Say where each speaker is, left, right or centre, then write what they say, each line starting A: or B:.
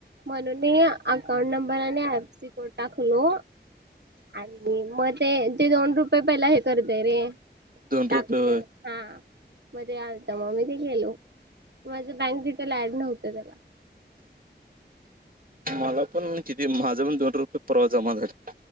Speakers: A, on the right; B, on the right.
A: म्हणून मी अकाउंट नंबर आणि आयफसी कोड टाकलो आणि म ते ते दोन रुपये पहिला हे करतेय रे
B: दोन
A: टाकते
B: रुपये होय
A: हा. मध्ये आलत मग मी ते गेलो. माझं बँक डिटेल ऍड नव्हं होला <unintelligible>
B: मला पण किती ते माझा पण दोन रुपये परवा जमा झाले